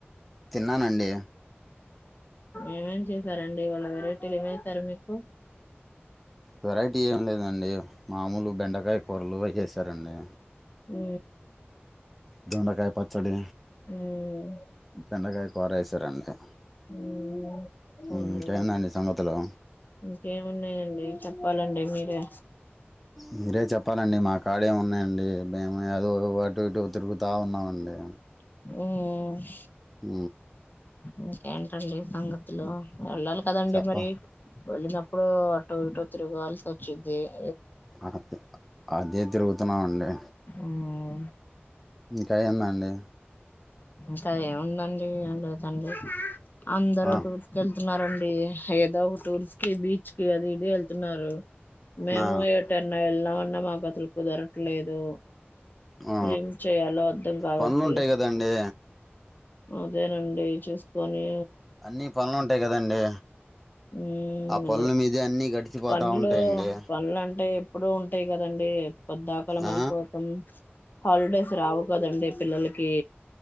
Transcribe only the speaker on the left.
ఏమేమి చేసారండి వాళ్ళ వెరైటీలు ఏమవుస్తారు మీకు
హ
ఉమ్
ఉమ్ అవునండి
ఇంకేమున్నాయండి చెప్పాలండి మీరే
<inaudible>
ఇంకేంటండి సంగతులు వెళ్ళాలి కదండి
మరి వెళ్ళినప్పుడు ఇటో తిరుగు అల్స్ వచ్చది <inaudible>
ఉమ్
ఇంకా ఏముందండి ఏం లేదండి అందరు
న్నారండి ఏదో ఒక టూర్స్ కి బీచ్ కి అది ఇడ వెళ్తున్నారు మేము
ఏ టైన్నా వెళ్నా అండమా బతులు కుదరట్లేదు
ఏం చేయాలో అర్థం కాబట్ద
అదేనండి చూస్కొని
హ
అద
పండ్లు
పండ్ల అంటే ఎప్పుడు ఉంటయి కదండి కొద్దాకలం
అనుకోతం హాలిడేస్ రావు కదండి పిల్లలకి